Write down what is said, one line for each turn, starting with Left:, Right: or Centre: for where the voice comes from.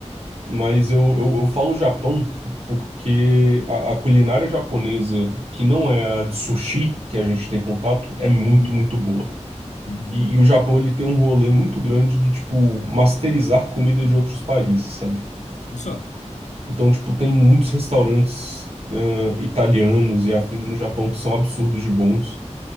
Right: Mas eu, eu, eu falo Japão porque a, a culinária japonesa, que não é a de sushi que a gente tem contato, é muito,
Left: Uhum.
Right: muito boa.
Left: Uhum.
Right: E, e o Japão, ele tem um rolê muito grande de, tipo, masterizar comida de outros países, sabe?
Left: Só.
Right: Então, tipo, tem muitos restaurantes, ãh, italianos e afins no Japão que são absurdos de bons.